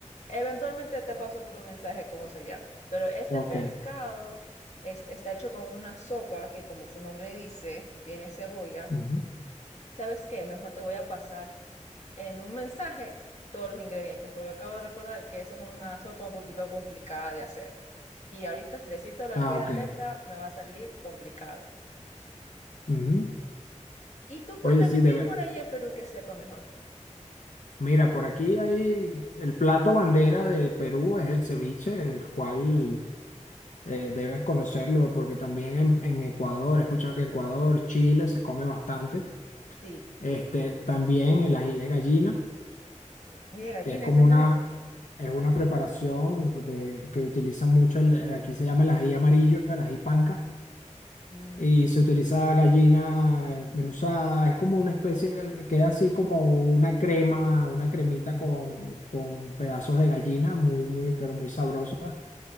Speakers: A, on the left; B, on the left.
A: Eventualmente te paso por un mensaje cómo se llama. Pero este
B: ok.
A: pescado es- está hecho con una sopa que, como su nombre dice, tiene cebolla.
B: Ujú.
A: ¿Sabes qué? Mejor te voy a pasar en un mensaje todos los ingredientes, porque acabo de recordar que esa es una sopa un poquito complicada de hacer. Y ahorita decírtelo
B: Ah,
A: al pie
B: ok.
A: de la letra me va a salir complicado.
B: Ujú.
A: Y tú cuéntame
B: Oye, sí, de
A: qué hay
B: ver.
A: por allá en Perú que sepa mejor.
B: Mira, por aquí hay el plato bandera de Perú, es el ceviche, el cual eh, debes conocerlo, porque también en, en Ecuador, he escuchado que en Ecuador, Chile se come bastante.
A: Sí.
B: Este, también el ají de gallina.
A: Y de gallina,
B: que es como
A: ese es
B: una,
A: nuevo.
B: es una preparación de, que utiliza mucho, el, eh, aquí se llama el ají amarillo, el ají panca,
A: Mm.
B: y se utiliza gallina desmenuzada, es como una especie, de- queda así como una crema, una cremita con, con pedazos de gallina, muy, muy, pero muy sabrosa.